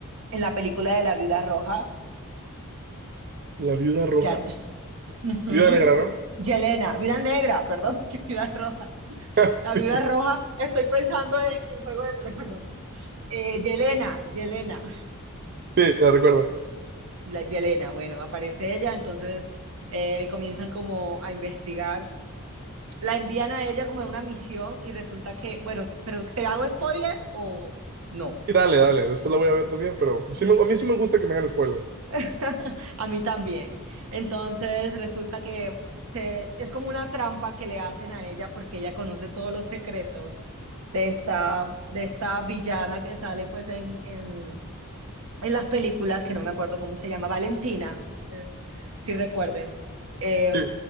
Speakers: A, on the right (about 70°); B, on the right (about 45°).
A: en la película de la viuda roja?
B: La viuda roja.
A: Jan, ujú,
B: Viuda negra, ¿no?
A: Yelena, viuda negra, perdón, <laughs> que viuda roja.
B: <laughs> Sí,
A: La viuda roja, estoy pensando en, en Juego de Tronos. Eh, Yelena, Yelena,
B: sí, la recuerdo.
A: la Yelena, bueno, aparece ella, entonces eh, comienzan como a investigar, la envían a ella como en una misión y resulta que, bueno, pero ¿te hago spoiler o no?
B: Y dale, dale, después la voy a ver también, pero sí me- a mí sí me gusta que me hagan spoiler.
A: <laughs> A mí también. Entonces resulta que se- es como una trampa que le hacen a ella porque ella conoce todos los secretos de esta, de esta villana que sale pues en, en, en las películas, que no me acuerdo cómo se llama, Valentina, no sé si recuerdes. Eh,
B: Sí,